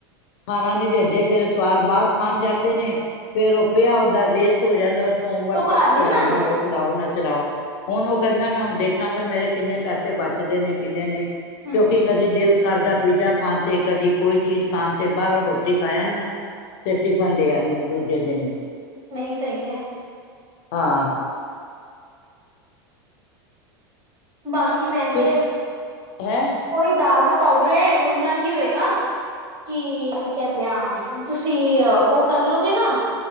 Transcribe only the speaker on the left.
ਖਾਣਾ ਨੀ ਦਿੰਦੇ ਫੇਰ ਤਵਾਰ ਬਾਹਰ ਖਾਣ ਜਾਂਦੇ ਨੇ ਫੇਰ ਉਹ ਪਿਆ ਹੁੰਦਾ ਵੇਸਟ ਹੋ ਜਾਂਦਾ ਸੋਮਵਾਰ
ਤੱਕ
ਚਲਾਉਣਾ
ਹੋਵੇ
ਚਲਾਓ ਚਲਾਓ ਹੁਣ ਉਹ ਕਹਿੰਦਾ ਮੈਂ ਹੁਣ ਦੇਖਾਂਗਾ ਮੇਰੇ ਕਿੰਨੇ ਪੈਸੇ ਬਚਦੇ ਨੇ ਕਿੰਨੇ ਨਹੀਂ
ਕਿਉਂਕਿ ਕਦੀ ਦਿਲ ਕਰਦਾ ਪੀਜ਼ਾ ਖਾਣ ਤੇ ਕਦੀ ਕੋਈ ਚੀਜ਼ ਖਾਣ ਤੇ ਬਾਹਰੋਂ ਰੋਟੀ ਖਾ ਆਨਾ ਤੇ ਟਿਫਨ ਲੈ ਆਦਾ ਦੂਜੇ ਦਿਨ
ਹਾਂ
ਕਿਉਂ
ਹੈਂ